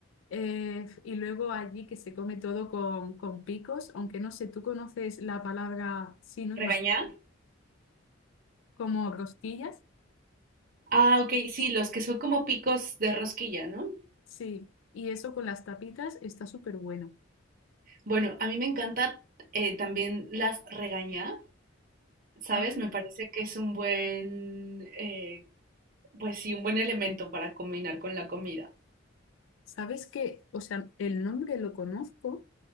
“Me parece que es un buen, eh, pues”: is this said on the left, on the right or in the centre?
Right